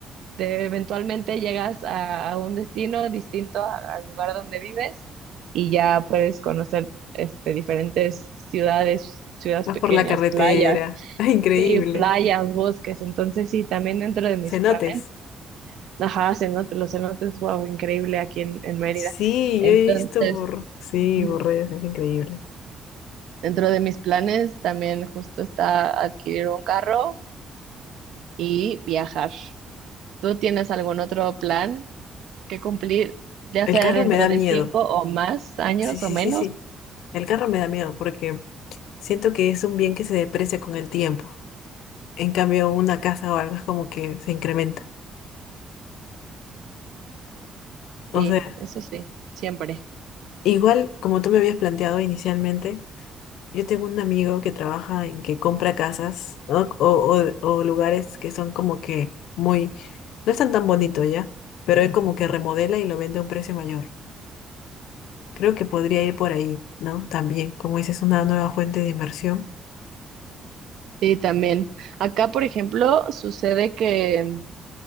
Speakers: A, on the right (about 75°); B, on the left (about 85°).
A: de- eventualmente llegas a, a un destino distinto a- al lugar donde vives y ya puedes conocer este, diferentes ciudades, ciudades
B: Vas
A: pequeñas,
B: por la carretera,
A: playas,
B: <laughs> increíble.
A: sí, playas, bosques. Entonces, sí, también dentro de mis
B: Cenotes.
A: planes, ajá, cenotes, los cenotes, wow, increíble aquí en, en Mérida.
B: Sí,
A: Entonces,
B: yo he visto por, sí,
A: ujú,
B: por redes, es increíble.
A: dentro de mis planes también justo está adquirir un carro y viajar. ¿Tú tienes algún otro plan que cumplir, ya
B: El
A: sea
B: carro
A: dentro
B: me da
A: de
B: miedo.
A: cinco o más años
B: Sí, sí,
A: o menos?
B: sí, sí. El carro me da miedo porque siento que es un bien que se deprecia con el tiempo. En cambio, una casa o algo es como que se incrementa. O
A: Sí,
B: sea,
A: eso sí, siempre.
B: igual como tú me habías planteado inicialmente, yo tengo un amigo que trabaja en que compra casas, ¿no? O, o, o lugares que son como que muy, no están tan bonitos ya, pero él como que remodela y lo vende a un precio mayor. Creo que podría ir por ahí, ¿no? También, como dices, una nueva fuente de inversión.
A: Sí, también. Acá, por ejemplo, sucede que,